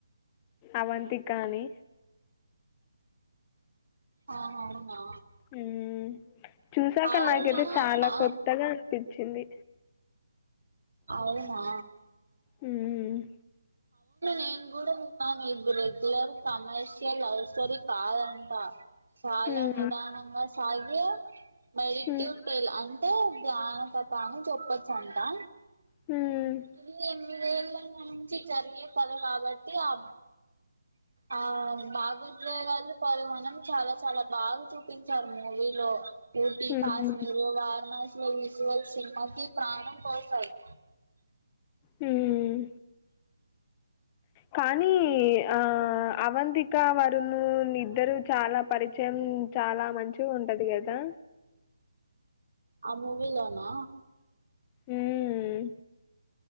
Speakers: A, on the left; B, on the right.
A: అవంతిక అని
B: ఆహ ఆ
A: హ్మ్ చూసాక
B: అవునా
A: నాకైతే చాలా
B: ఆ
A: కొత్తగా పించింది
B: అవునా
A: హ్మ్
B: నేను కూడా అవును ఇది రెగ్యులర్ కమర్షియల్ లవ్ స్టోరి కాదు అంటా చాలా
A: హ్మ్
B: నిదానంగా సాగిే వైట్
A: హ్మ్
B: టైల్ అం తే దానంత పని చేప్పచ్చంటా
A: హ్మ్
B: ఇదిఎం ఇరవై ఏళ్ల నుంచి జరిగే పగ కాబట్టి ఆ ఆ బాగా ఉద్రోగాలు పరిమానం చాలా చాలా బాగా చూపించారు మూవీలో ఊటీ
A: హ్మ్
B: ఫస్ మీరు వారణాసి విజువల్స్ సినిమాకి ప్రాణం పోసాడు
A: హుమ్మ్ కానీ ఆ అవంతిక వరుణు ఇద్దరు చాలా పరిచయం చాలా మంచిగా ఉంటది కదా
B: ఆ మూవీలోనా
A: ఉమ్మ్మ్